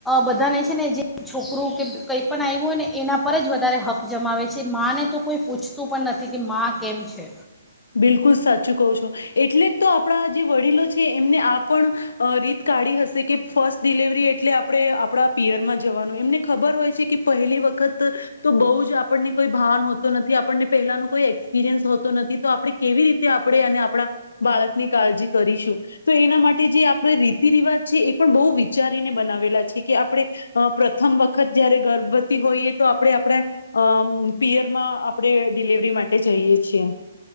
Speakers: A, in the centre; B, on the left (about 70°).
A: બધાને છે ને જે છોકરું કે કંઈ પણ આવ્યું હોય ને એના પર જ વધારે હક્ક જમાવે છે પછ ને તો કોઈ પૂછતું પણ નથી કે માં કેમ છે
B: બિલકુલ સાચું કહું છો એટલે જ તો આપણા જે વડીલો છે એમને આ પણ રીત કાઢી હશે કે ફર્સ્ટ ડિલવરી એટલે આપણે આપણા પિયરમાં જવાનું એમને ખબર હોય છે કે પહેલી વખત તો બહુ જ આપણને કોઈ ભાન હોતો નથી આપણને પહેલાનું કોઈ એક્સપિરિયન્સ હોતો નથી તો આપણે કેવી રીતે આપણેે અને આપણા બાળક ની કાળજી કરીશું તો એના માટે જે આપણે રીતિ રિવાજ છે એ પણ બહુ વિચારીને બનાવેલા છે કે આપણે પ્રથમ વખત જયારે ગર્ભવતી હોઈએ તો આપણે આપણે અ પિયરમાં આપણે ડિલવરી માટે જઈએ છીએ